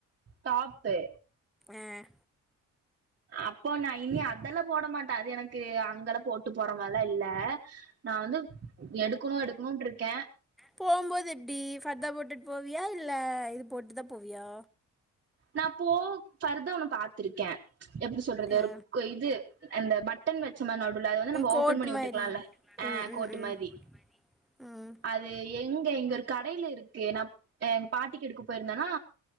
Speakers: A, on the right; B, in the centre.
A: காப்பு
B: அஹ்
A: அப்போ நா இனி அதெல்லா போட மாட்டே அது எனக்கு அங்கெலா போட்டு போற மார்ல்லா இல்லே நா வந்து எடுக்கணு எடுக் னூன்றுக்கே
B: போம்போதெப்டி ஃபர்தா போட்டுட் போவியா இல்ல இது போட்டுதா போவியா
A: நான் போ ஃபர்தா ஒன்னு பாத்ருக்கே எப்டி சொல்றது
B: ஆ
A: ஒருக் இது அந்த பட் டன் வெச்சமெ நடுல அத வந்து நம்ம
B: கோட்
A: ஓப்பன் பண்ணி விட்டுக்லால
B: மாதிரி ம்
A: அ
B: ம்
A: கோட்டு மாரி
B: ம் ம்
A: அது எங் கே இங்க ஒரு கடைல இருக்கு நாப் ஆ எங் பாட்டிக்கு எடுக்க பொயிர்ந்தனா